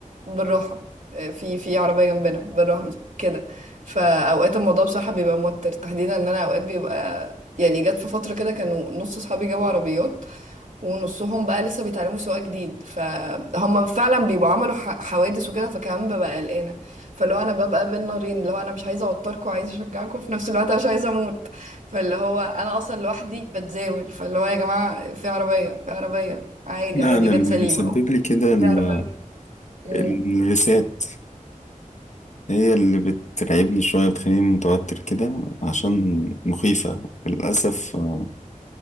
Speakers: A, on the right (about 65°); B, on the left (about 60°).
A: بالراحة آه، في في عربية جنبنا بالراحة مش كده فاوقات الموضوع بصراحة بيبقى موتر تحديدا ان انا اوقات بيبقى يعني جت في فترة كده كانوا نص صحابي جابوا عربيات ونصهم بقى لسه بيتعلموا سواقة جديد فهم فعلا بيبقوا عملوا ح- حوادث وكده فكمان ببقى قلقانة فاللي هو انا ببقى بين نارين اللي هو انا مش عايزة اوتركم وعايزة اشجعكم في نفس الوقت أنا مش عايزة اموت فاللي هو انا اصلا لوحدي بتزاول فاللي هو يا جماعة في عربية في عربية عادي
B: لا
A: عادي
B: انا
A: جت
B: اللي
A: سليمة
B: بيسبب
A: أهو.
B: لي كده ال-
A: في عربية امم
B: الريسات هي اللي بترعبني شوية بتخليني متوتر كده عشان مخيفة للأسف آه،